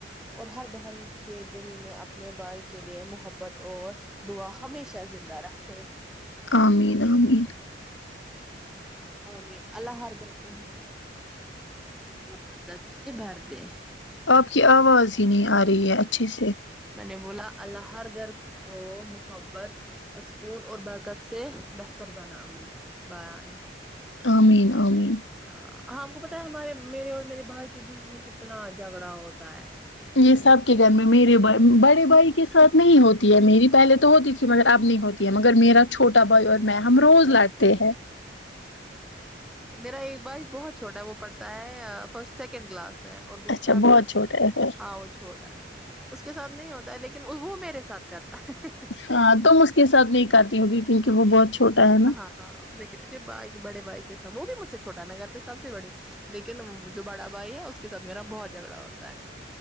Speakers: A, in the centre; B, on the left.
A: اور ہر بہن کے دل میں اپنے بھائی کے لیے محبت اور دعا ہمیشہ زندہ رکھے
B: آمین آمین
A: آمین اللہ حر کو محبت <unintelligible> محبت سے بھر دے
B: آپ کی آواز ہی نہیں آ رہی ہے اچھے سے
A: میں نے بولا اللہ ہر گھر کو محبت سکون اور برکت سے بہتر بنا بنا ۓ
B: آ مین آ مین
A: ہاں آپ کو پتا ہے ہمارے میرے اور میرے بھائی کے بیچ میں کتنا جھگڑا ہوتا ہے
B: یہ سب کے گھر میں میرے ب بڑے بھائی کے ساتھ نہیں ہوتی ہے میری پہلے تو ہوتی تھی مگر اب نہیں ہوتی مگر میرا چھوٹا بھائی اور میں ہم روز لڑتے ہیں
A: میرا ایک بھائی بہت چھوٹا ہے وہ پڑھتا ہے فرسٹ سیکنڈ کلاس میں اور دوسر
B: اچھا
A: ا
B: بہت
A: پر
B: چھوٹا ہے
A: ہاں وہ چھوٹا ہے اس کے ساتھ نہیں ہوتا ہے لیکن وہ میرے ساتھ کرتا ہے
B: ہاں تم اس کے ساتھ نہیں کرتی ہوگی کیونکہ وہ بہت چھوٹا ہے نا
A: ہاں ہاں لیکن مجھے بھائی بڑے بھائی سے وہ بھی مجھ سے چھوٹا ہے میں گھر پہ سب سے بڑی ہوں لیکن جو بڑا بھائی ہے اس اس کے سات میرا بہت جھگڑا ہوتا ہے